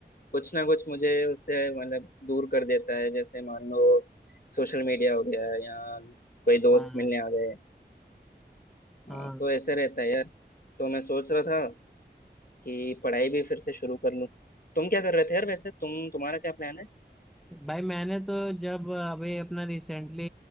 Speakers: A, on the left; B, in the centre.
A: कुछ ना कुछ मुझे उससे मतलब दूर कर देता है जैसे मान लो सोशल मीडिया हो गया या कोई दोस्त
B: हाँ
A: मिलने आ गए
B: हाँ
A: हाँ, तो ऐसे रहता है यार तो मैं सोच रहा था कि पढ़ाई भी फिर से शुरू कर लूँ तुम क्या कर रहे थे यार वैसे तुम तुम्हारा क्या प्लान है
B: भाई मैंने तो जब अभी अपना रिसेंटली